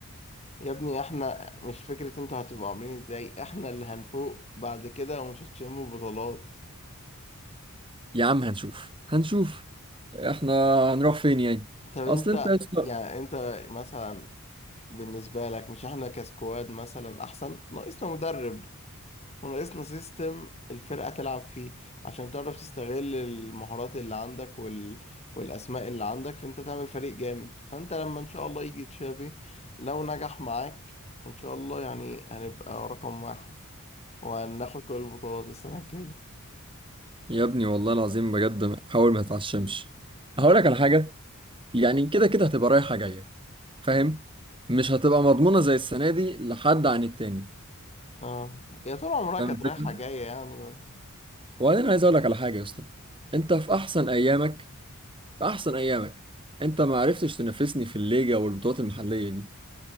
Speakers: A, on the left (about 30°); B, on the right (about 25°).
A: يا ابني احنا مش فكرة انتوا هتبقوا عاملين ازاي احنا اللي هنفوق بعد كده ومش هتشموا بطولات
B: يا عم هنشوف هنشوف احنا هنروح فين يعني
A: طب انت
B: اصل انت يا اسطى-
A: يعني انت مثلا بالنسبة لك مش احنا كسكواد مثلا احسن ناقصنا مدرب وناقصنا سيستم الفرقة تلعب فيه عشان تعرف تستغل المهارات اللي عندك وال... والاسماء اللي عندك فانت تعمل فريق جامد فانت لما ان شاء الله يجي تشافي لو نجح معاك ان شاء الله يعني هنبقى رقم واحد وهناخد كل البطولات السنة الجاية
B: يا ابني والله العظيم بجد حاول ما تتعشمش هقول لك على حاجة يعني كده كده هتبقى رايحة جاية فاهم مش هتبقى مضمونة زي السنة دي لحد عن التاني
A: اه يا طول عمرها
B: فاهم
A: كانت
B: الفكرة
A: رايحة جاية يعني بس
B: وبعدين عايز اقول لك على حاجة يا اسطى انت في احسن ايامك في احسن ايامك انت ما عرفتش تنافسني في الليجا والبطولات المحليه دي